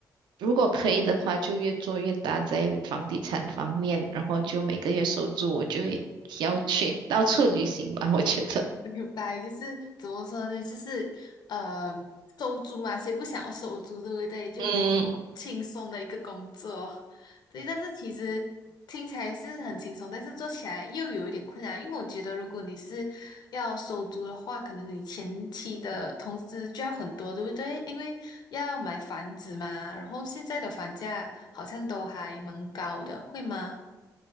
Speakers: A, on the right; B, on the left.
A: 如果可以的话，就越做越大在房地产方面，然后就每个月收租，我就要去到处旅行吧，我觉得。
B: <laughs> 明白，就是怎么说呢？就是呃，收租嘛，谁不想要收租，对不对？就这么轻松的一个工作，
A: 嗯，
B: 对。但是其实听起来是很轻松，但是做起来又有一点困难，因为我觉得如果你是要收租的话，可能你前期的投资就要很多，对不对？因为要买房子嘛，然后现在的房价好像都还蛮高的，会吗？